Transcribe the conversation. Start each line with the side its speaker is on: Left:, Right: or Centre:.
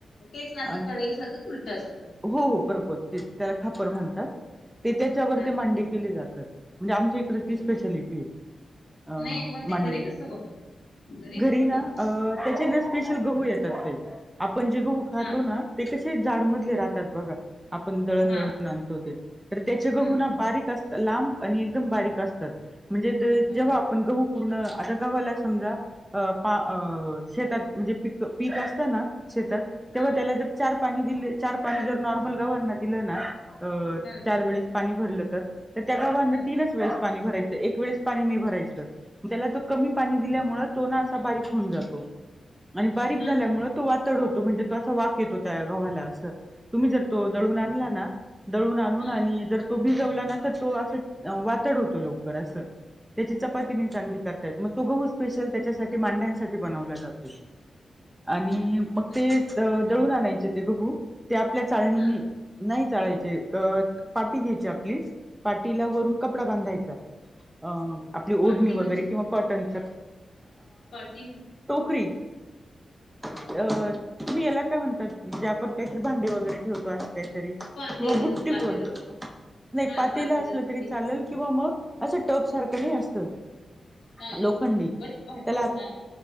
Left: तेच ना अस
Centre: आणि
Left: कडई सारखंच उलट असतं.
Centre: हो.. बरोबर तेच, त्याला खापर
Left: हा
Centre: म्हणतात ते त्याच्यावर
Left: हा
Centre: ते मांडी
Left: हा
Centre: केले जातात, म्हणजे आमच्या इकडे ती स्पेशालिटी आहे. अ..
Left: नाही मग ते
Centre: मांडे..
Left: घरी कसं बनवतात
Centre: घरी
Left: कसं
Centre: ना
Left: बनवतात
Centre: अ... त्याचे ना स्पेशल गहू येतात ते, आपण जे गहू खातो
Left: हा
Centre: ना ते कसे जाडमधले राहतात बघा. आपण दळण
Left: हा
Centre: दळून आणतो ते तर त्याचे
Left: हम्म
Centre: गहू ना हा बारीक असं लांब आणि एकदम बारीक असतात. म्हणजे ते
Left: हम्म
Centre: जेव्हा आपण गहू पूर्ण आता गव्हाला समजा अ पा शेतात म्हणजे प पीक असतं ना शेतात.
Left: हम्म
Centre: तेव्हा त्याला जर चार पाणी दिले चार पाणी जर नऑर्मल गव्हांना दीलं ना. अ
Left: हम्म
Centre: चार वेळेस पाणी भरलं तर तर त्या गव्हाना
Left: हम्म
Centre: तीनच वेळेस पाणी भरायचं एक वेळेस पाणी नाही भरायचं. त्याला तो कमी पाणी दिल्यामुळे तो ना असा बारीक होऊन जातो. आणि बारीक
Left: हम्म
Centre: झाल्यामुळे
Left: हम्म
Centre: तो वाातड होतो म्हणजे तो असं वा वास येतो त्या गव्हाला असं तुम्ही जर तो दळून आणला ना दळून आणून
Left: हम्म
Centre: भिजवला ना तर तो असं वातड होतो. असं त्याची चपाती
Left: हम्म
Centre: म चांगली नाही कर मग तो गहू स्पेशल त्याच्यासाठी मांड्यांसाठी बनवला जातो. आणि
Left: हम्म
Centre: मग ते
Left: हम्म
Centre: दळून आणायचे ते गहू ते आपल्या चाळणीने
Left: हा
Centre: नाही चाळायचे पाटी घ्यायची आपली पाटीला वरून कपडा बांधायचा. अ आपली
Left: पाटी
Centre: ओढणी वगैरे
Left: म्हणजे
Centre: किंवा कॉटनचा
Left: पाटी म्हण-
Centre: टोकरी अ तुम्ही याला काय? म्हणतात म्हे आपण काहीतरी भांडे वगैरे ठेवतो असं काहीतरी.
Left: पातेलं
Centre: किंवा बुट्टी
Left: पातेलं
Centre: बोलतो
Left: वगैरे
Centre: नाही
Left: हा
Centre: पातेला
Left: पातेलं
Centre: असलं
Left: बुट्टी
Centre: तरी चालेल किंवा मग. असं टप सारखं
Left: हम्म
Centre: नाही असतं
Left: हा हा
Centre: लोखंडी
Left: पण भांड
Centre: त्याला
Left: हा